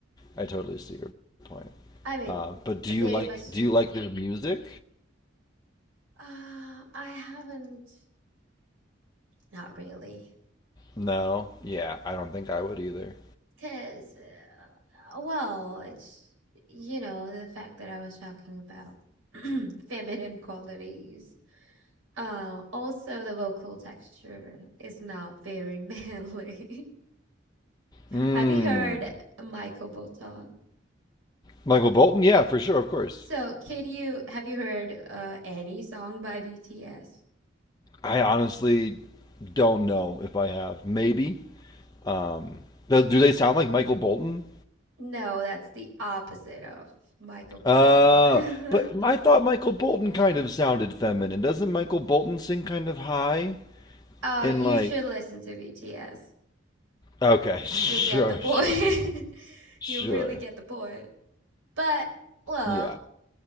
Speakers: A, on the left; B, on the right.
A: I totally see your point.
B: I mean,
A: Uh, but do
B: they
A: you like
B: must.
A: do you like their music?
B: Uh, I haven't. Not really,
A: No. Yeah, I don't think I would either.
B: cause uh, well, it's you know the fact that I was talking about <clears throat> feminine qualities. Uh, also the vocal texture is not very <laughs> manly.
A: Mm.
B: Have you heard Michael Bolton?
A: Michael Bolton, yeah, for sure, of course.
B: So, can you have you heard uh, any song by BTS?
A: I honestly don't know if I have. Maybe. Um, do they sound like Michael Bolton?
B: No, that's the opposite of Michael Bolton.
A: Uh, but I thought Michael Bolton kind of sounded feminine. Doesn't Michael Bolton sing kind of high
B: <laughs> uh,
A: and
B: you
A: like?
B: should listen to BTS.
A: Okay, <laughs> sure,
B: You'll get the point.
A: sure,
B: <laughs>
A: sure.
B: You really get the point. But well,
A: Yeah.